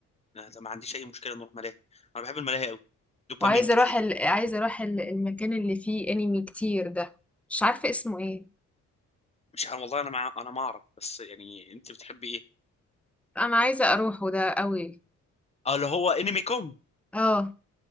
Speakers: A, on the left (about 20°); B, in the centre.
A: لا لا، ما عنديش اي مشكله نروح ملاهي انا بحب الملاهي قوي دوبامين
B: وعايزة
A: كتير
B: اروح ال... عايزة اروح ال... المكان اللي فيه انمي كتير ده مش عارفة اسمه ايه
A: مش عارف والله انا مع... انا ما اعرف بس يعني انت بتحبي ايه
B: انا عايزة اروحه ده قوي
A: اه اللي هو انمي كوم
B: اه